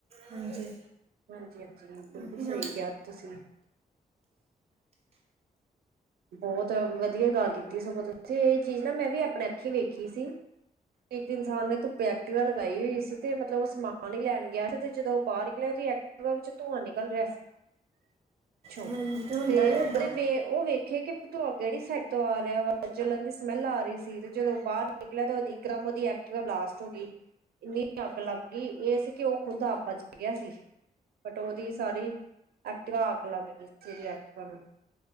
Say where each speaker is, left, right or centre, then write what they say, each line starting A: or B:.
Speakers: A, on the right; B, on the right.
A: ਹਾਂਜੀ
B: ਹਾਂਜੀ ਹਾਂਜੀ ਬਿਲਕੁਲ
A: ਉਹੀ
B: ਸਹੀ
A: ਨਾ
B: ਕਿਹਾ ਤੁਸੀਂ ਬਹੁਤ ਵਧੀਆ ਗੱਲ ਕੀਤੀ ਸਗੋਂ ਤੁਸੀਂ ਇਹ ਚੀਜ਼ ਨਾ ਮੈਂ ਵੀ ਆਪਣੇ ਅੱਖੀ ਵੇਖੀ ਸੀ ਇੱਕ ਇਨਸਾਨ ਨੇ ਧੁੱਪੇ ਐਕਟੀਵਾ ਲਗਾਈ ਹੋਈ ਸੀ ਤੇ ਮਤਲਬ ਉਹ ਸਮਾਨ ਹੀ ਲੈਣ ਗਿਆ ਸੀ ਤੇ ਜਦੋਂ ਉਹ ਬਾਹਰ ਨਿਕਲਿਆ ਦੀ ਐਕਟਿਵਾ ਵਿੱਚ ਧੂੰਆਂ ਨਿਕਲ ਰਿਹਾ ਸੀ ਪਿੱਛੋਂ
A: ਹਾਂਜੀ ਹੁੰਦਾ
B: ਤੇ
A: ਹੀ
B: ਉਹਦੇ
A: ਇੱਦਾਂ
B: ਉਹ ਵੇਖ ਭਤੂਆ ਕੇਹੜੀ ਸਾਈਡ ਤੋਂ ਆ ਰਿਹਾ ਵਾ ਜਲਣ ਦੀ ਸਮੈਲ ਆ ਰਹੀ ਸੀ ਤੇ ਜਦੋਂ ਬਾਹਰ ਨਿਕਲਿਆ ਤੇ ਇਕ ਦੱਮ ਉਹਦੀ ਐਕਟ ਬਲਾਸਟ ਹੋ ਗਈ ਇੰਨੀ ਅੱਗ ਲੱਗ ਗਈ ਇਹ ਸੀ ਕਿ ਉਹ ਖੁੱਦ ਆਪ ਬਚ ਗਿਆ ਸੀ ਬਟ ਉਹਦੀ ਸਾਰੀ ਐਕਟਿਵਾ ਅੱਗ ਲੱਗ ਗਈ ਸੀ ਐਕਟਵਾ ਨੂੰ